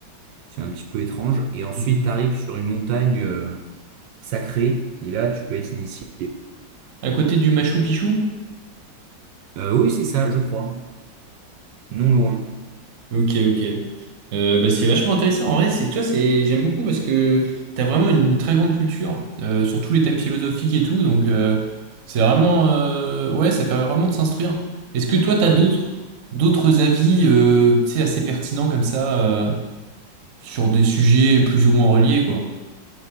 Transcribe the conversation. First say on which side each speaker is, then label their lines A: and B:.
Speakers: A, on the right; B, on the right.
A: c'est un petit peu étrange, et ensuite
B: Ok.
A: tu arrives sur une montagne. euh, sacré, et là, tu peux être initié.
B: À côté du Machu Picchu?
A: Euh, oui, c'est ça, je crois. Non loin.
B: Ok, ok. Euh, bah, c'est vachement intéressant. En vrai, c'est, tu vois, c'est, j'aime beaucoup parce que t'as vraiment une très grande culture, euh, sur tous les thèmes philosophiques et tout. Donc, euh, c'est vraiment, euh, ouais, ça permet vraiment de s'instruire. Est-ce que toi, t'as
A: Ah,
B: d'autres,
A: mais
B: d'autres avis, euh, tu sais, assez pertinents comme ça, euh, sur des sujets plus ou moins reliés, quoi.